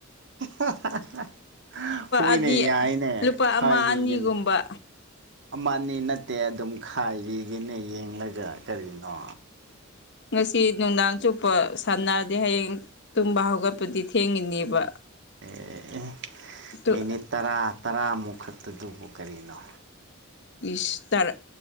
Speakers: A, on the right; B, on the left.
A: <unintelligible> ꯍꯣꯏꯅꯦ
B: ꯑꯅꯤ
A: ꯌꯥꯏꯅꯦ
B: ꯂꯨꯄꯥ
A: ꯈꯥꯏꯕꯤꯒꯅꯦ
B: ꯑꯃ ꯑꯅꯤꯒꯨꯝꯕ
A: ꯑꯃ ꯅꯤ ꯅꯠꯇꯦ ꯑꯗꯨꯝ ꯈꯥꯏꯕꯤꯒꯅꯦ ꯌꯦꯡꯂꯒ ꯀꯔꯤꯅꯣ
B: ꯉꯁꯤ ꯅꯨꯡꯗꯥꯡ ꯆꯨꯞꯄ ꯁꯥꯟꯅꯔꯗꯤ ꯍꯌꯦꯡ ꯇꯨꯝꯕ ꯍꯧꯒꯠꯄꯗꯤ ꯊꯦꯡꯉꯤꯅꯦꯕ
A: ꯑꯦ
B: ꯇꯨ
A: ꯃꯤꯅꯤꯠ ꯇꯔꯥ ꯇꯔꯥꯃꯨꯛ ꯈꯛꯇꯗꯨꯕꯨ ꯀꯔꯤꯅꯣ
B: ꯏꯁ ꯇꯔꯥ